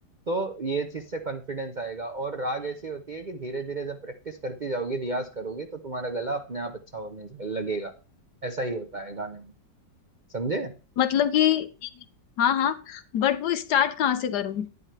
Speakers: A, on the right; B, on the left.
A: तो ये चीज से कॉन्फिडेंस आएगा और राग ऐसी होती है कि धीरे धीरे जब प्रैक्टिस करती जाओगी रियाज करोगी तो तुम्हारा गला अपने आप अच्छा होने लगेगा ऐसा ही होता है गाने में समझे
B: मतलब कि हाँ हाँ बट वो स्टार्ट कहाँ से करूँ